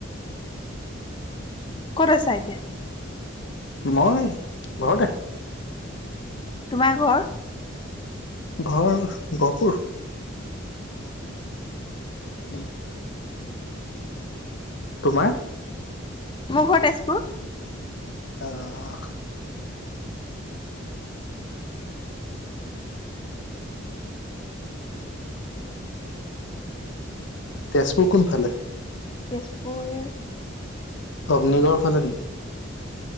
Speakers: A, on the left (about 25°); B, on the left (about 60°).
A: ক'ত আছা এতিয়া।
B: মই ঘৰতে।
A: তোমাৰ ঘৰ।
B: ঘৰ গহপুৰ।
A: অ
B: উম, তোমাৰ।
A: মোৰ ঘৰ তেজপুৰ।
B: অ অ, তেজপুৰ কোনফালে।
A: তেজপুৰ,
B: অগ্নিগড় ফালে নি।